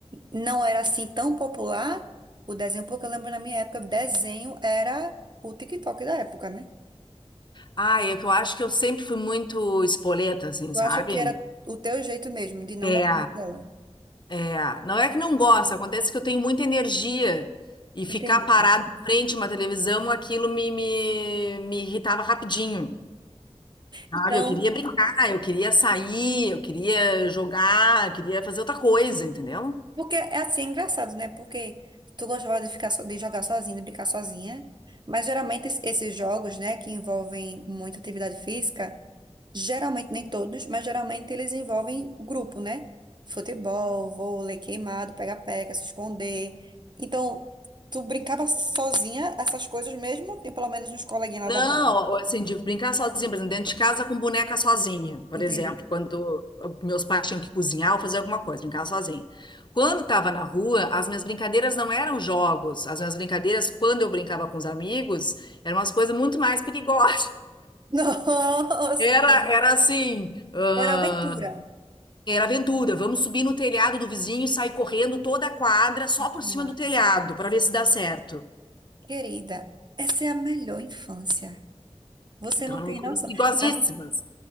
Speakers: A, on the right; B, on the left.
A: não era assim tão popular o desenho? Porque eu lembro na minha época, desenho era o TikTok da época, né?
B: Ah, é que eu acho que eu sempre fui muito espoleta, assim,
A: Eu
B: sabe?
A: acho que era o teu jeito mesmo de não
B: É,
A: gostar de tela.
B: é. Não é que não gosto, acontece que eu tenho muita energia e ficar
A: Entendi.
B: parado em frente a uma televisão, aquilo me, me, me irritava rapidinho, sabe?
A: Então,
B: Eu queria brincar, eu queria sair, eu queria jogar, eu queria fazer outra coisa, entendeu?
A: porque é assim, é engraçado, né? Porque tu gostava de ficar so- de jogar sozinha, de brincar sozinha, mas geralmente es- esses jogos, né, que envolvem muita atividade física, geralmente nem todos, mas geralmente eles envolvem grupo, né? Futebol, vôlei, queimado, pega-pega, se esconder. Então, tu brincava sozinha essas coisas mesmo, tem pelo menos uns coleguinhas lá
B: Não,
A: da rua.
B: assim, de brincar sozinha, por exemplo, dentro de casa com boneca sozinha, por
A: Entendi.
B: exemplo, quando meus pais tinham que cozinhar ou fazer alguma coisa, brincar sozinha. Quando estava na rua, as minhas brincadeiras não eram jogos, as minhas brincadeiras, quando eu brincava com os amigos, eram umas coisas muito mais perigosas.
A: <laughs> Nossa,
B: Era,
A: entendi.
B: era assim, ah,
A: Era aventura.
B: era aventura. Vamos subir no telhado do vizinho e sair correndo toda a quadra só
A: Ai, Que
B: por
A: massa.
B: cima do telhado para ver se dá certo.
A: Querida, essa é a melhor infância. Você
B: Então
A: não
B: eram
A: tem
B: coisas
A: noção.
B: perigosíssimas.
A: Ah,